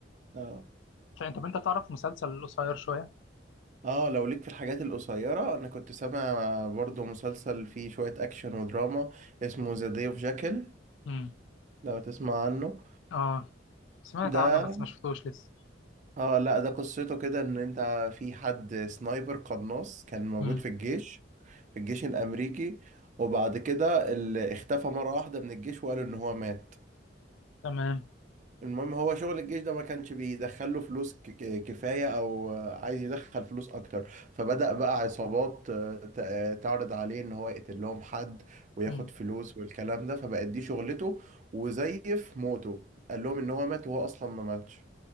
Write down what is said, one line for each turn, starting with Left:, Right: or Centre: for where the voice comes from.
Right: اه
Left: فانت طب انت تعرف مسلسل قصير شويه
Right: اه لو ليك في الحاجات القصيرة انا كنت سامع برضو مسلسل فيه شوية اكشن ودراما اسمه ذا داي اوف جاكل
Left: امم
Right: لو تسمع عنه
Left: اه سمعت
Right: ده
Left: عنه بس ما شفتوش لسه
Right: اه لا ده قصته كده ان انت في حد سنايبر قناص كان موجود
Left: امم
Right: في الجيش في الجيش الامريكي وبعد كده اللي اختفى مرة واحدة من الجيش وقالوا ان هو مات
Left: تمام
Right: المهم هو شغل الجيش ده ما كانش بيدخله فلوس ك- ك- كفاية او عايز يدخل فلوس اكتر فبدأ بقى عصابات آه، ت- آه، تعرض عليه ان هو يقتل لهم حد وياخد
Left: امم
Right: فلوس والكلام ده فبقت دي شغلته وزيف موته قال لهم ان هو مات وهو اصلا ما ماتش